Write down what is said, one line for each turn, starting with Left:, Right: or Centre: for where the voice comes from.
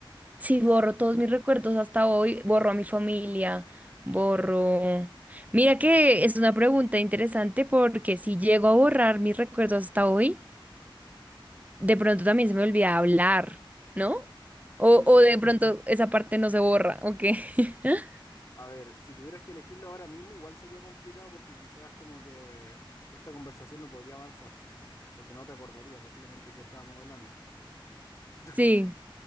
Right: si
Left: S-
Right: borro todos mis recuerdos hasta hoy, borro a mi familia, borro... Mira que es una pregunta interesante porque si llego a borrar mis recuerdos hasta hoy, de pronto también se me olvida hablar, ¿no? O,
Left: Sí,
Right: o de pronto esa parte no se borra, ¿o qué? <laughs>
Left: A ver, si tuvieras que elegirlo ahora mismo, igual sería complicado porque quizás como que esta conversación no podría avanzar, porque no te acordarías básicamente que estábamos hablando. <laughs>
Right: Sí.